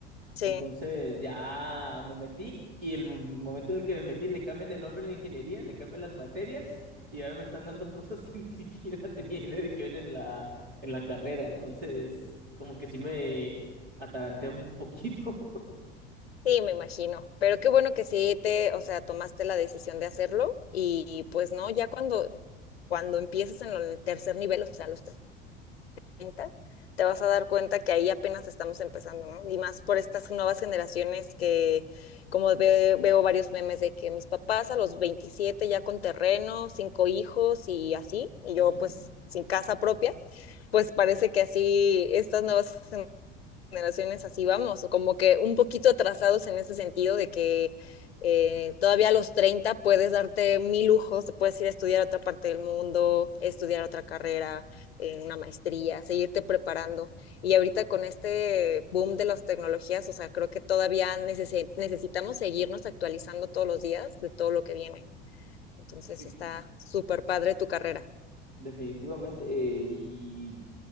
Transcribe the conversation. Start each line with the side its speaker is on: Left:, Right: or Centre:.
Left: Sí,
Right: entonces ya me metí y el mo- momento en el que me metí le cambian el nombre a la ingeniería, le cambian las materias y ahora me están dando cosas que <laughs> ni siquiera tenía idea de que iban en la, en la carrera. Entonces, como que sí me ataranté un poquito.
Left: sí, me imagino. Pero qué bueno que sí te, o sea, tomaste la decisión de hacerlo y, pues no, ya cuando, cuando empieces en lo- en el tercer nivel, o sea, los 30, te vas a dar cuenta que ahí apenas estamos empezando, ¿no? Y más por estas nuevas generaciones que, como ve- veo varios memes de que mis papás a los 27 ya con terreno, cinco hijos y así, y yo
Right: <laughs>
Left: pues sin casa propia, pues parece que así estas nuevas generaciones así vamos, o como que un poquito atrasados en ese sentido de que eh, todavía a los 30 puedes darte mil lujos, te puedes ir a estudiar a otra parte del mundo, estudiar otra carrera, eh, una maestría, seguirte preparando. Y ahorita con este boom de las tecnologías, o sea, creo que todavía neces- necesitamos seguirnos actualizando todos los días de todo lo que viene. Entonces
Right: Sí,
Left: está súper padre tu carrera.
Right: definitivamente. eh, ¿y